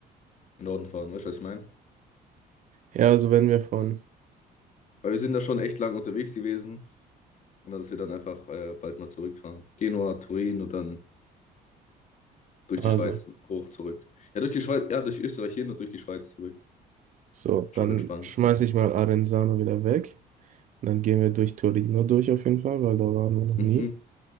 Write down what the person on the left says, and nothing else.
den Norden fahren, weißt du, was ich meine?
Weil wir sind da schon echt lang unterwegs gewesen und dann, dass wir dann einfach äh, bald mal zurückfahren. Genua, Turin und dann durch die
Schweiz hoch zurück. Ja, durch die Schweiz, ja, durch Österreich hin und durch die Schweiz zurück.
Ist
auch entspannt.
Mhm,